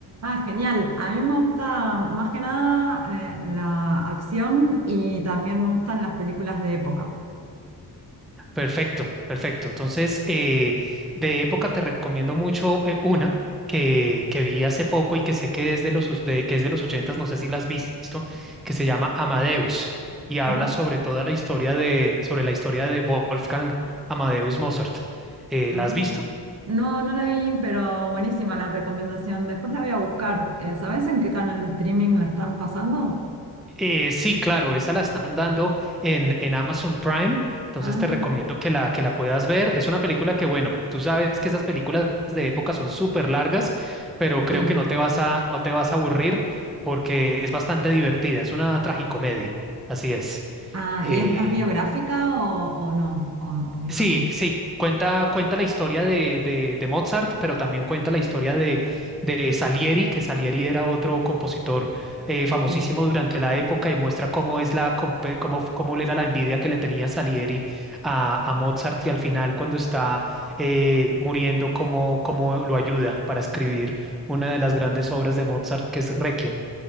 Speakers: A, on the right (about 40°); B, in the centre.
A: Ah, genial. A mí me gusta más que nada eh, la acción y también me gustan las películas de época.
B: Perfecto, perfecto. Entonces, eh, de época te recomiendo mucho eh, una que, que vi hace poco y que sé que es de los, os- de- que es de los ochentas, no sé si la has visto, que se llama Amadeus y habla
A: Ajá.
B: sobre toda la historia de, sobre la historia de Wolfgang Amadeus Mozart. Eh,
A: Ah.
B: ¿la has visto?
A: No, no la vi, pero buenísima la recomendación. Después la voy a buscar. Eh, ¿sabés en qué canal de streaming la están pasando?
B: Eh, sí, claro, esa la están dando en, en Amazon Prime, entonces
A: Ah.
B: te recomiendo que la, que la puedas ver. Es una película que, bueno, tú sabes que esas películas de época son súper largas, pero creo
A: Sí.
B: que no te vas a, no te vas a aburrir porque es bastante divertida, es una tragicomedia, así es.
A: Ah,
B: Eh,
A: ¿y es más biográfica o, o no? O, o digamos,
B: Sí, sí, cuenta, cuenta la historia de, de, de Mozart, pero también cuenta la historia de, de Salieri, que Salieri era otro compositor eh, famosísimo
A: sí.
B: durante la época y muestra cómo es la, compe- cómo, cómo era la envidia que le tenía Salieri a, a Mozart y al final cuando está eh, muriendo, cómo, cómo lo ayuda para escribir una de las grandes obras de Mozart, que es Requiem.